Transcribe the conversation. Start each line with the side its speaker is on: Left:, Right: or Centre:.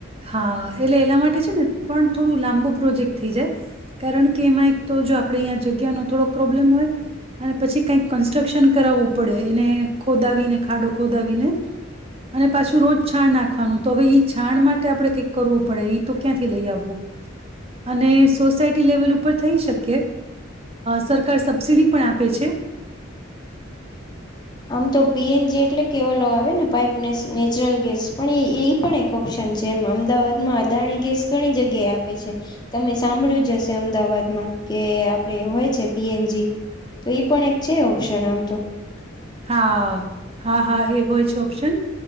Right: હા એટલે એના માટે છે ને પણ થોડું લાંબો પ્રોજેક્ટ થઈ જાય, કારણ કે એમાં એક તો જો આપણેે અહીંયા જગ્યાનો થોડોક પ્રોબ્લેમ હોય, અને પછી કંઈક કન્સ્ટ્રક્શન કરાવવું પડે એને ખોદાવીને ખાડો ખોદાવીને, અને પાછું રોજ છાણ નાખવાનું તો હવે ઈ છાણ માટે આપણે કંઈક કરવું પડે ઈ તો ક્યાંથી લઈ આવું, અને સોસાયટી લેવલ ઉપર થઈ શકે, સરકાર સબસડી પણ આપે છે.
Left: આમ તો પી એન જી એટલે કે ઓલો આવે ને પાઈપ નેસ નેચરલ ગેસ, પણ ઈ ઈ પણ એક ઓપ્શન છે એમ અમદાવાદમાં અદાણી ગેસ ઘણી જગ્યાએ આપે છે, તમે સાંભળ્યું જ હશે અમદાવાદમાં કે આપણે હોય છે પી એન જી. તો ઈ પણ એક છે ઓપ્શન આમ તો.
Right: હા હા હા એ હોય છે ઓપ્શન,